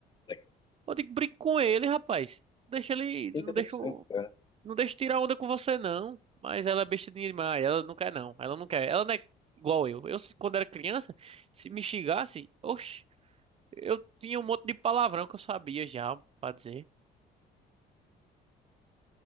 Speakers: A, on the left (about 25°); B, on the right (about 35°).
A: Moleque,
B: Eu digo, brinca com ele, rapaz. Deixa ele,
A: Que interessante,
B: não deixa
A: cara.
B: não deixa eu tirar onda com você, não. Mas ela é besta demais. Ela não quer, não. Ela não quer. Ela não é igual eu. Eu, se- quando era criança, se me xingasse, oxe, eu tinha um monte de palavrão que eu sabia já pra dizer.